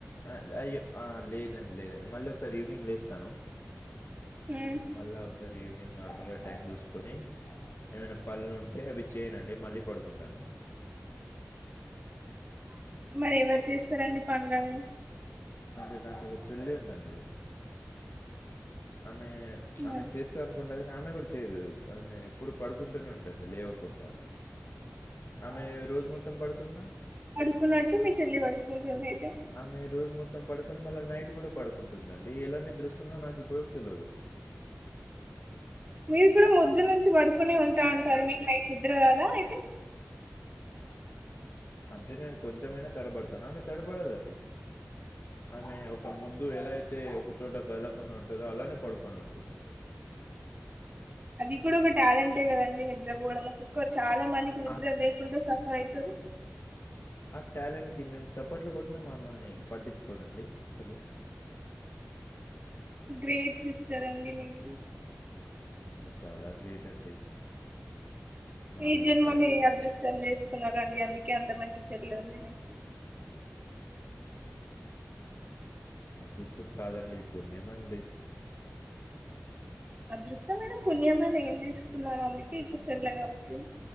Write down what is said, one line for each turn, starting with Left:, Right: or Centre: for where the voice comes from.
Left: ఆ అయ్యో ఆ లేదండి లేదండి మళ్ళీ ఒకసారి ఈవినింగ్ లేస్తాను
Right: ఉమ్.
Left: మళ్ళ స ఈవినింగ్ నార్మల్ గా టైమ్ చూసుకొని ఏమైనా పళ్ళలు ఉంటే అవి చేయనండి మళ్ళీ పడుకుంటాను
Right: మరి ఎవరు చేస్తారండి పంలన్నని
Left: అంటే నాకు ఇక చేల్లి ఉందండి ఆమె
Right: మరి
Left: ఆమె చేస్తాను కుండా కానీ ఆమె కూడా చేయదు అమే ఎప్పుడు పడుకుంటూనే ఉంటుంది లేవకుండా ఆమె రోజు మొత్తం పడుకున్నా
Right: న్నటు మీ చెల్లి వడుకుతు
Left: ఆమె రోజు మొత్తం పడుకొని మళ్ళీ నైట్ కూడా పడుకుని ఉంటుందండి ఎలా నిద్రొస్తుందో నాకు ఇప్పుడు వరకు తెలియదు
Right: మీరు కూడా పొద్దునుంచి నుంచి పడుకునే ఉంటా అంటారు మీకు నైట్ ఇద్దరు కదా అయితే
Left: అంటే నేను కొంచెమైనా తడబడతాను ఆమె తడబడదండి ఆమె ఒక మొద్దు ఎలాయితే ఒకచోట కదలకుండా ఉంటుందో అలానే పడుకొని ఉంటుందండి
Right: అది కూడా ఒక టాలెంటే కదండి నిద్రపోవడం ఒక్కొక్క చాలా మందికి
Left: ఆ-
Right: నిద్ర
Left: ఆ
Right: లేకుండా అయితు
Left: ట్యాలెంట్కిి మేము చప్పట్లు కొట్టిన మమ్మల్ని పట్టించుకోదండి అసలు
Right: గ్రేట్ సిస్టర్ అండి మీకు
Left: అమో చాలా గ్రేట్ అండి మామూలు
Right: ఎ జన్మలు
Left: కాదండి
Right: ఎ అదృష్టం చేసుకున్నారండి అందుకే అంత మంచి చెల్లె ఉంది మీకు
Left: అదృష్టం కాదండి పుణ్యమండి
Right: అదృష్టమైన పుణ్యమని ఏం చేసుకున్నారు అందుకే ఇప్పుడు చెల్ల కావచ్చు